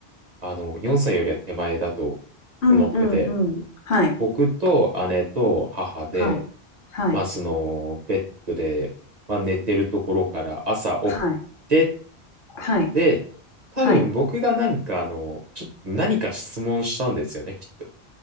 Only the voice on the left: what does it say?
うんうんうん。
はい。
はい。はい。
はい。はい。
はい。